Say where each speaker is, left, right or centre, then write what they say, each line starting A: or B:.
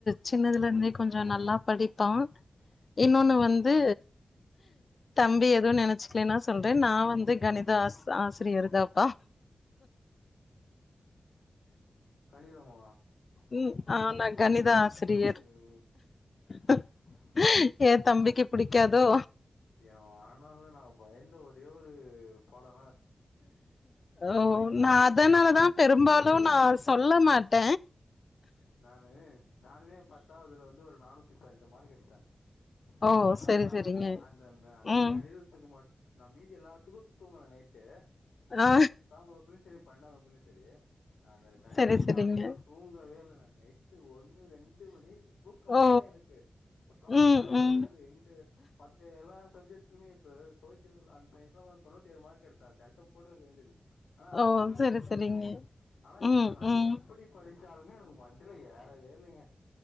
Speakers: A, on the left (about 55°); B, on the left (about 85°).
A: சின்னதுலருந்தே கொஞ்சோ நல்லா படிப்பா இன்னொன்னு வந்து தம்பி எதோ நெனச்சிக்கலன்னா சொல்ற நா வந்து கணித ஆச் ஆசிரியர் தாம்பா
B: கணிதமா
A: ம் அ நா கணிதா ஆசிரியர்
B: ஐயோ
A: ஹ ஏ தம்பிக்கு புடிக்காதோ
B: எ வாழ்னால்ல நா பயந்த ஒரே ஒரு பாடோ
A: ஒ நா அதனாலதா பெரும்பாலு நா சொல்ல மாட்ட
B: நானு நானுமே பத்தாவதுல வந்து ஒரு நானூத்தி பதினெட்டு மார்க் எடுத்த
A: ஓ
B: ஆனா
A: செரி செரிங்க
B: அந்த மே அந்த
A: ம்
B: கணிதத்துக்கு மட் நா மீதி எல்லாத்துக்குமே தூங்குன நைட்டு
A: ஆ
B: அந்த பத்தாவகுப்புலயு செரி பன்னெண்டா வகிப்பிலு செரி அந்த கணிதம்
A: செரி செரிங்க
B: பாடத்துக்கு மட்டு தூங்கவேள்ளங்க நைட்டு ஒன்னு ரெண்டு மணி தூக்கோ வரல
A: ஓ
B: எனக்கு ஒடம்பலா
A: ம்
B: படபடக்குது
A: ம்
B: எங்க மத்த எல்லா சப்ஜெக்ட்ஸ்லயு இப்போ சோஷியல் அன் சயின்ஸ்லா தொண்ணூத்தி ஏழு மார்க் எடுத்த சென்டம் போட்ருக்க வேண்டியது ஆனா அதுல
A: ஓ
B: ஒரு இதுல
A: செரி
B: மிஸ்
A: செரிங்க
B: ஆயிடுச்சி ஆனா இதுல
A: ம்
B: நா
A: ம்
B: எப்படி டிச்சாலுமே எனக்கு மண்டைல ஏறவே இல்லைங்க